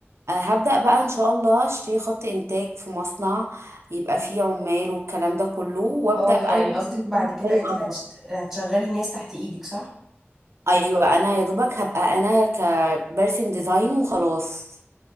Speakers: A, on the right; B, in the centre.
A: أه هبدأ بقى ان شاء الله اشتري خط انتاج في مصنع يبقى فيه عمال والكلام ده كله وابدأ
B: اه
A: بقى
B: يعني
A: ألوش
B: قصدك
A: من
B: بعد كده
A: بطريقة
B: انت اللي
A: اكبر
B: هتشت... هتشغلي ناس تحت ايدك صح؟
A: ايوه انا يا دوبك هبقى انا كبرسم ديزاين وخلاص